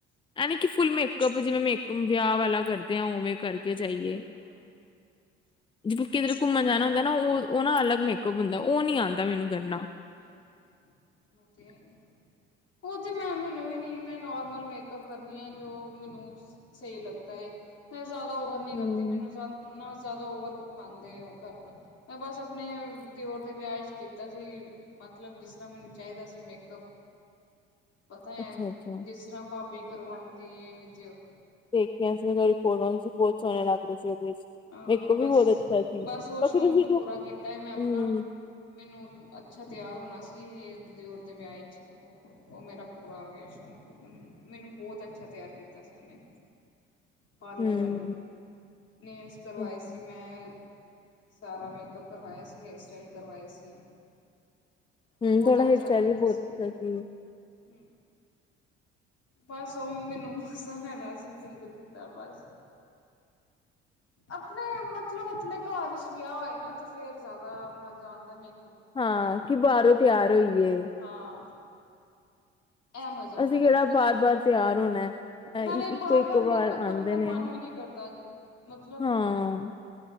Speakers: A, on the left (about 15°); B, on the left (about 45°).
A: ਐ ਨੀ ਕਿ ਫੁਲ ਮੇਕਅਪ ਜਿਵੇਂ ਮੇਕ ਵਿਆਹ ਵਾਲਾ ਕਰਦੇ ਆ ਉਵੇਂ ਕਰਕੇ ਜਾਈਏ।
B: ਹੂੰ,
A: <inaudible> ਜਿ ਕਿਧਰ ਘੁੰਮਣ ਜਾਣਾ ਹੁੰਦਾ ਨਾ ਉਹ-ਉਹ ਨਾ ਅਲੱਗ ਮੇਕਅਪ ਹੁੰਦਾ ਉਹ ਨੀ ਆਉਂਦਾ ਮੈਨੂੰ ਕਰਨਾ।
B: ਹੂੰ ਮ ਤੇ ਹੈ
A: <inaudible>
B: ਹੀ। ਉਹ ਤੇ ਮੈਂ ਮੈਨੂੰ ਵੀ ਨੀ ਮੈਂ ਨੋਰਮਲ ਮੇਕਅਪ ਕਰਨੀ ਆ ਜੋ ਮੈਨੂੰ ਸ ਸਈ ਲੱਗਦਾ ਏ ਮੈਂ ਜ਼ਿਆਦਾ ਓਵਰ ਨੀ
A: ਹਮ
B: ਕਰਦੀ ਮੈਨੂੰਦਾ ਨਾ ਜ਼ਿਆਦਾ ਓਵਰ ਪਸੰਦ ਏ ਮੈਂ ਬਸ ਆਪਣੇ ਦਿਓਰ ਦੇ ਵਿਆਹ ਚ ਕੀਤਾ ਸੀ। ਮਤਲਬ ਜਿਸ ਤਰ੍ਹਾਂ ਮੈਨੂੰ ਚਾਹੀਦਾ, ਸੀ ਮੇਕਅੱਪ। ਪਤਾ ਹੈ,
A: ਅੱਛਾ ਅੱਛਾ
B: ਜਿਸ ਤਰ੍ਹਾਂ ਭਾਬੀ ਕਰਵਾਉਂਦੀ ਹੈ ਉਹ।
A: ਦੇਖੀਆਂ ਸੀ ਤੁਹਾ ਫੋਟਾਂ ਸੀ, ਬਹੁਤ ਸੋਹਣੇ ਲੱਗਦੇ ਸੀ ਉਹਦੇ ਵਿੱਚ।
B: ਹਾਂ
A: ਮੇਕੋ ਵੀ
B: ਬਸ-
A: ਬਹੁਤ ਅੱਛਾ ਸੀ
B: ਬਸ, ਉਹ
A: ਬਾਕੀ
B: ਸ਼ੌਕ
A: ਤੁਸੀਂ ਜੋ
B: ਪੂਰਾ ਕੀਤਾ ਮੈਂ ਆਪਣਾ।
A: ਹਮ
B: ਮੈਨੂੰ ਅੱਛਾ ਤਿਆਰ ਹੋਣਾ ਸੀ, ਦਿਓਰ ਦੇ ਵਿਆਹ ਚ ਉਹ। ਉਹ ਮੇਰਾ ਪੂਰਾ ਹੋ ਗਿਆ ਸ਼ੌਕ, ਮੈਨੂੰ ਬਹੁਤ ਅੱਛਾ ਤਿਆਰ ਕੀਤਾ ਸੀ ਉਹਨੇ।
A: <unintelligible> <unintelligible>
B: ਪਾਰਲਰ
A: ਹਮ
B: ਵਾਲੀ ਨੇ ਨੇਲਸ ਕਰਵਾਏ
A: ਹਮ
B: ਸੀ ਮੈਂ। ਸਾਰਾ ਮੇਕਅਪ ਕਰਵਾਇਆ ਸੀ, ਹੇਅਰ ਸਟਾਈਲ ਕਰਵਾਇਏ ਸੀ।
A: ਹਮ,
B: ਬਹੁਤ
A: ਤੁਹਾੜਾ
B: ਅੱਛਾ
A: ਹੇਰਸਟਾਈਲ
B: ਕੀਤਾ
A: ਵੀ ਬਹੁਤ
B: ਸੀ
A: ਅੱਛਾ ਸੀਗਾ।
B: ਹਮ। ਬਸ ਉਹ ਮੈਨੂੰ ਮਸਾ ਲੈਣਾ ਸੀ, ਜ਼ਿੰਦਗੀ ਦਾ ਬਸ। ਆਪਣੇ ਮਤਲਬ ਆਪਣੇ ਘਰ ਵਿਚ ਵਿਆਹ ਹੋਏ,। ਨਾ ਤੇ ਫੇਰ ਜ਼ਿਆਦਾ ਮਜ਼ਾ ਆਉਂਦਾ ਮੇ
A: ਹਾਂ, ਕਿ ਬਾਹਰੋਂ ਤਿਆਰ ਹੋਈਏ।
B: ਹਾਂ। ਇਹ ਮਜ਼ਾ ਹੁੰਦਾ
A: ਅਸੀਂ ਕਿਹੜਾ
B: ਹੈ
A: ਬਾਰ -ਬਾਰ ਤਿਆਰ ਹੋਣਾ। ਅ
B: ਨਾਲੇ
A: ਇੱਕੋ
B: ਬਾਰ-
A: ਇੱਕ
B: ਬਾਰ, ਮੇਕਅਪ
A: ਵਾਰ
B: ਕਰਨ
A: ਆਂਦੇ
B: ਦਾ
A: ਨੇ
B: ਮਨ ਵੀ ਨਹੀਂ ਕਰਦਾ ਮਤਲਬ।
A: ਹਾਂ।